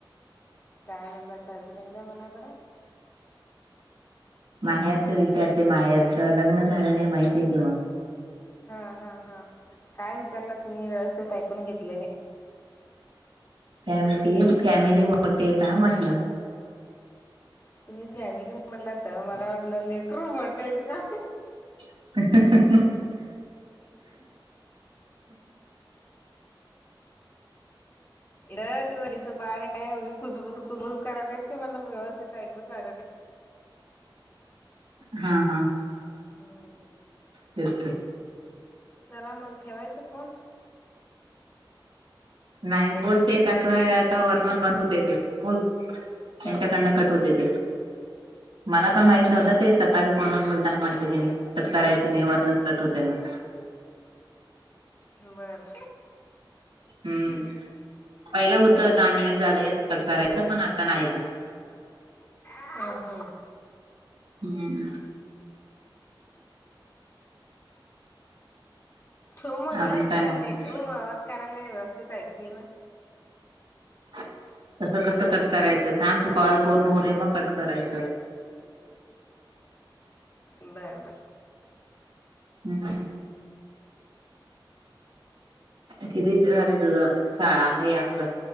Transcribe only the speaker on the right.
माहेरच विचारते माहेरच लग्न झालं नाही, माहित आहे की मग.
फॅमिली फॅमिली मोठी आहे का म्हटलं?
<unintelligible>
हा हा.
तेच की.
नाही बोलते, कसयं आता वरण बंद होतय ते. बोल त्यांच्या
कडन कट होतयं ते, मला पण माहित नव्हत ते सक काळी फोनवर बोलताना म्हटले, त्यांनी कट करायचं नाही वरणच कट होतय म्हणून.
हम्म, पहिला होतं दहा मिनिट झालं कस कट करायचं, पण आता नाही तसं.
हम्म,
अजून काय
मग
तसं कसं कट करायचं थांब की, कॉल पुर्ण होवू दे मग कट करायचं.
ह ह. कितीचं झालं तुझ शाळा हे आपलं?